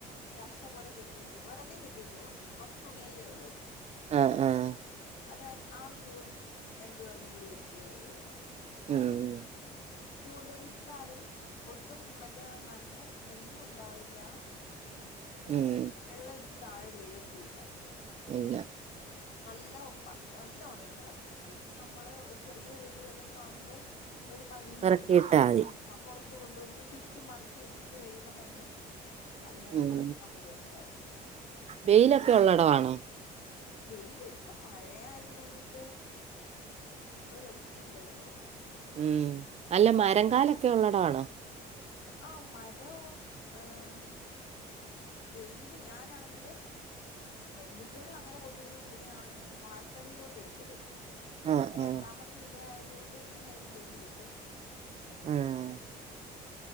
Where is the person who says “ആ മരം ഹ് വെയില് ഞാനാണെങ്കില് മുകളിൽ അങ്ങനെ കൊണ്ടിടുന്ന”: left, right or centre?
Left